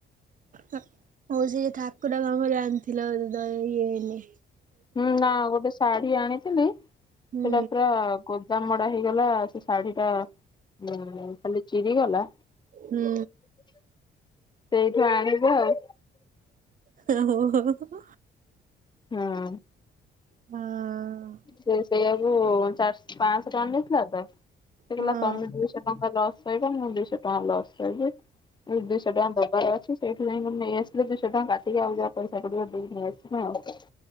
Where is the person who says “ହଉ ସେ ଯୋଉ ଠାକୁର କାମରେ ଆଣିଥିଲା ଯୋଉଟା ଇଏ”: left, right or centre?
Right